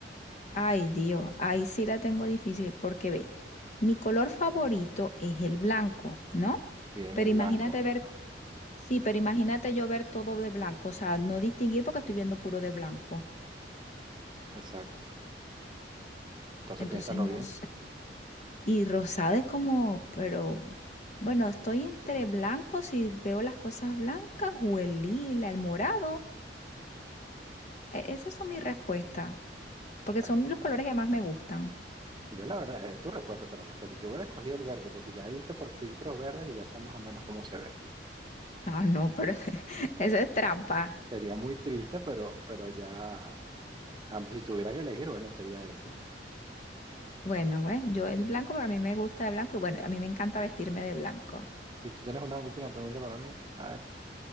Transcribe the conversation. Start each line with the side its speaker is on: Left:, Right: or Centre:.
Left: Ay, Dios, ahí sí la tengo difícil porque ve, mi color favorito es el blanco, ¿no?
Right: Bien,
Left: Pero
Right: el blanco.
Left: imagínate ver, sí, pero imagínate yo ver todo de blanco, o sea, no distinguir porque estoy viendo puro de blanco.
Right: Exacto. Entonces
Left: Entonces
Right: piénsalo
Left: no
Right: bien.
Left: sé. Y rosada es como, pero bueno, estoy entre blanco si veo las cosas blancas o el lila, el morado. E- esas son mis respuestas, porque
Right: Bueno,
Left: son los colores que más me gustan.
Right: yo la verdad, eh, tu respuesta te la respeto. Yo hubiera escogido el verde porque ya he visto por filtros verdes y ya sé más o menos cómo se ve.
Left: Ah, no, pero <laughs> esa es trampa.
Right: Sería muy triste, pero, pero ya, ah, pues, si tuviera que elegir, bueno, sería ese.
Left: Bueno, pues yo el blanco, porque a mí me gusta el blanco y bueno, a mí me encanta vestirme de blanco.
Right: Si tú tienes una última pregunta para mí, a ver.